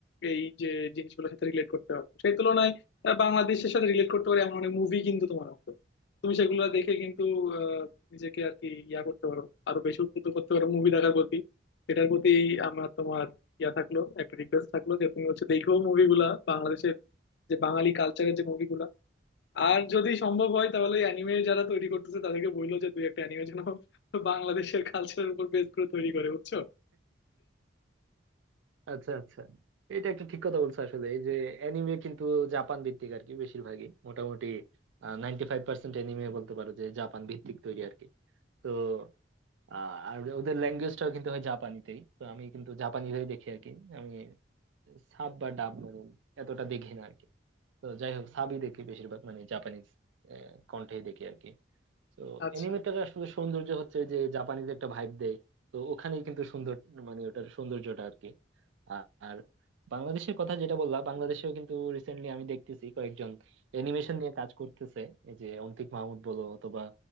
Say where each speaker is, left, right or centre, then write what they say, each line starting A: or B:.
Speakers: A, on the left; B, on the right.
A: এই যে জিনিসগুলোর সাথে রিলেট করতে পারবো সেই তুলনায় আহ, বাংলাদেশের সাথে রিলেট করতে পারে এমন অনেক মুভি কিন্তু তোমার আছে তুমি সেগুলো দেখে কিন্তু আহ, নিজেকে আর কি ইয়া করতে পারো আরো বেশি উদ্বুদ্ধ করতে পারো মুভি দেখার প্রতি এটার প্রতি আমার তোমার ইয়া থাকলো একটা রিকোয়েস্ট থাকলো যে তুমি হচ্ছে দেখো মুভিগুলা বাংলাদেশের যে বাঙালি কালচারের যে মুভিগুলা আর যদি সম্ভব হয় তাহলে অ্যানিমে যারা তৈরি করতেছে তাদেরকে বললো যে দুই একটা অ্যানিমে যেন বাংলাদেশের কালচারের উপর বেস করে তৈরি করে বুঝছো
B: আচ্ছা আচ্ছা এটা একটা ঠিক কথা বলছো আসলে এই যে অ্যানিমে কিন্তু জাপান ভিত্তিক আর কি বেশিরভাগই মোটামুটি নাইনটি ফাইভ পার্সেন্ট অ্যানিমে বলতে পারো যে জাপান ভিত্তিক তৈরি আর কি তো আহ, আর ওদের ল্যাঙ্গুয়েজটাও কিন্তু হয় জাপানিতেই তো আমি কিন্তু জাপানিরাই দেখি আর কি আমি সাব বা ডাব মানে এতটা দেখি না আর কি তো যাই হোক সাবই দেখি বেশিরভাগ মানে জাপানিজ কন্ঠেই দেখি আর কি তো
A: আচ্ছা
B: অ্যানিমেটার আসলে সৌন্দর্য হচ্ছে যে জাপানিজ একটা ভাইব দেয় তো ওখানেই কিন্তু সুন্দর মানে ওটার সৌন্দর্যটা আর কি আ- আর বাংলাদেশের কথা যেটা বললাম বাংলাদেশেও কিন্তু রিসেন্টলি আমি দেখতেছি কয়েকজন অ্যানিমেশন নিয়ে কাজ করতেছে এই যে অন্তিক মাহমুদ বলো অথবা